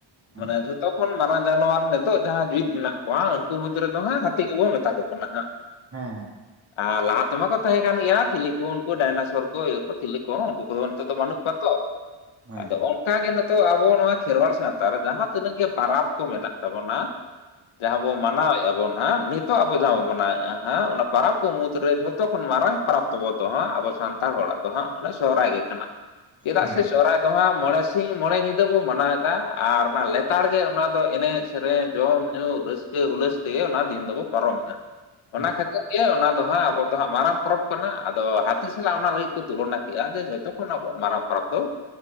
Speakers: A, on the right (about 30°); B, on the left (about 80°).
A: ᱦᱮᱸ
B: ᱢᱟᱱᱮ ᱡᱷᱚᱛᱚ ᱠᱷᱚᱱ ᱢᱟᱨᱟᱝ ᱡᱟᱱᱣᱟᱨ ᱱᱤᱛᱚᱜ ᱡᱟᱦᱟᱸ ᱡᱤᱣᱭᱤᱛ ᱢᱮᱱᱟᱜ ᱠᱚᱣᱟ ᱩᱱᱠᱩ ᱢᱩᱫᱽ ᱨᱮᱫᱚ ᱦᱟᱸᱜ ᱦᱟᱹᱛᱤ ᱜᱮᱵᱚ ᱢᱮᱛᱟ ᱠᱚ ᱠᱟᱱᱟ ᱦᱟᱸᱜ,
A: ᱦᱮᱸ ᱦᱮᱸ,
B: ᱟᱨ ᱞᱟᱦᱟᱛᱮ ᱢᱟ ᱠᱚ ᱛᱟᱦᱮᱸ ᱠᱟᱱ ᱜᱮᱭᱟ ᱛᱤᱞᱤᱠᱚ ᱩᱱᱠᱩ ᱰᱟᱭᱱᱮᱥᱚᱨ ᱠᱚ ᱤᱭᱟᱹ ᱠᱚ ᱛᱤᱞᱤ ᱠᱚ ᱩᱱᱠᱩ ᱠᱚᱫᱚ ᱱᱤᱛᱚᱜ ᱫᱚ ᱵᱟᱹᱱᱩᱜ ᱠᱚᱣᱟ ᱛᱚ
A: ᱦᱮᱸ
B: ᱟᱫᱚ ᱚᱱ ᱚᱱᱠᱟᱜᱮ ᱱᱤᱛᱚᱜ ᱟᱵᱚ ᱱᱚᱣᱟ ᱠᱷᱮᱨᱣᱟᱲ ᱥᱟᱶᱛᱟ ᱨᱮ ᱡᱟᱦᱟᱸ ᱛᱤᱱᱟᱹᱜ ᱜᱮ ᱯᱟᱨᱟᱵᱽ ᱠᱚ ᱢᱮᱱᱟᱜ ᱛᱟᱵᱚᱱᱟ ᱡᱟᱦᱟᱸ ᱵᱚ ᱢᱟᱱᱟᱣᱮᱜ ᱟᱵᱚᱱ, ᱦᱮᱸ ᱱᱤᱛᱚᱜ ᱟᱵᱚ ᱡᱟᱦᱟᱸ ᱵᱚᱱ ᱢᱚᱱᱣᱮᱫᱼᱟ ᱦᱟᱸᱜ ᱚᱱᱟ ᱯᱟᱨᱟᱵᱽ ᱠᱚ ᱢᱩᱫᱽᱨᱮ ᱡᱷᱚᱛᱚ ᱠᱷᱚᱱ ᱢᱟᱨᱟᱝ ᱯᱟᱨᱟᱵᱽ ᱛᱟᱵᱚ ᱫᱚ ᱦᱟᱸᱜ ᱟᱵᱚ ᱥᱟᱱᱛᱟᱲ ᱦᱚᱲᱟᱜ ᱫᱚ ᱦᱟᱸᱜ ᱚᱱᱮ ᱥᱚᱦᱚᱨᱟᱭ ᱜᱮ ᱠᱟᱱᱟ ᱪᱮᱫᱟᱜ
A: ᱦᱮᱸ
B: ᱥᱮ ᱥᱚᱦᱚᱨᱟᱭ ᱫᱚ ᱦᱟᱸᱜ ᱢᱚᱬᱮ ᱥᱤᱧ ᱢᱚᱬᱮ ᱧᱤᱫᱟᱹ ᱵᱚᱱ ᱢᱟᱱᱟᱣᱮᱫ-ᱟ ᱟᱨ ᱚᱱᱟ ᱞᱮᱛᱟᱲ ᱜᱮ ᱚᱱᱟ ᱫᱚ ᱮᱱᱮᱡ ᱥᱮᱨᱮᱧ ᱡᱚᱢᱧ ᱧᱩ ᱨᱟᱹᱥᱠᱟᱹ ᱦᱩᱞᱟᱹᱥ ᱛᱮᱜᱮ ᱚᱱᱟ ᱫᱤᱱ ᱫᱚᱵᱚᱱ ᱯᱟᱨᱚᱢ ᱫᱟ,
A: <inaudible>
B: ᱚᱱᱟ ᱠᱷᱟᱹᱛᱤᱨ ᱜᱮ ᱚᱱᱟ ᱫᱚ ᱦᱟᱸᱜ ᱟᱵᱚ ᱫᱚ ᱦᱟᱸᱜ ᱢᱟᱨᱟᱝ ᱯᱚᱨᱚᱵᱽ ᱠᱟᱱᱟ ᱟᱫᱚ ᱦᱟᱹᱛᱤ ᱥᱟᱞᱟᱜ ᱚᱱᱟ ᱞᱟᱹᱜᱤᱫ ᱠᱚ ᱛᱩᱞᱚᱱᱟ ᱠᱮᱫ ᱟᱫᱚ ᱡᱷᱚᱛᱚᱠᱷᱚᱱ ᱟᱵᱚᱣᱟᱜ ᱢᱟᱨᱟᱝ ᱯᱚᱨᱚᱵᱽ ᱫᱚ